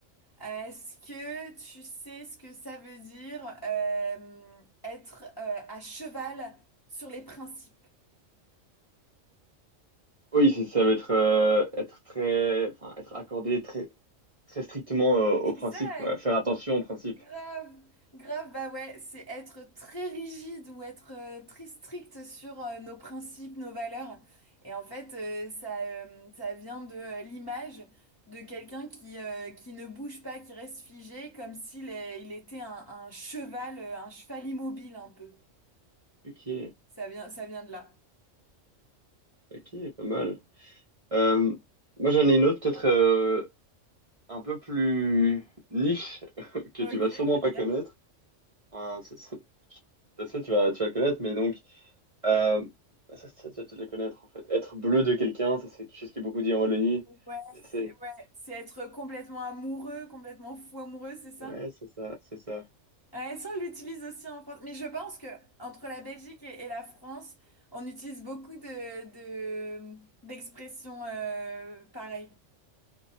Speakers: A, on the left (about 20°); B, on the right (about 30°).
A: Est-ce que tu sais ce que ça veut dire euh, être euh, à cheval sur les principes?
B: Oui, c'est- ça va être, euh, être très, enfin, être accordé très, très strictement euh, au
A: Exact.
B: principe, quoi. Faire attention au principe.
A: Grave, grave, bah ouais, c'est être très rigide ou être euh, très strict sur euh, nos principes, nos valeurs. Et en fait, euh, ça, euh, ça vient de euh, l'image de quelqu'un qui, euh, qui ne bouge pas, qui reste figé, comme s'il est- il était un, un cheval, euh, un cheval immobile un peu.
B: Ok,
A: Ça vient, ça vient de là.
B: ok, pas mal. Euh, moi, j'en ai une autre, peut-être euh, un peu plus niche, <laughs> que
A: Ok,
B: tu vas sûrement
A: génial.
B: pas connaître. Enfin, c'est c'est- c'est sûr, tu vas, tu vas le connaître, mais donc, euh, bah, ça, ça, tu vas te les connaître, en fait. Être bleu de quelqu'un, ça, c'est quelque chose qui est beaucoup dit en Wallonie.
A: Ouais,
B: Ça, C'est,
A: ouais, c'est être complètement amoureux, complètement fou amoureux, c'est ça?
B: ouais, c'est ça, c'est ça.
A: Ouais, ça, on l'utilise aussi en France. Mais je pense que entre la Belgique et, et la France, on utilise beaucoup de, de, d'expressions euh, pareilles.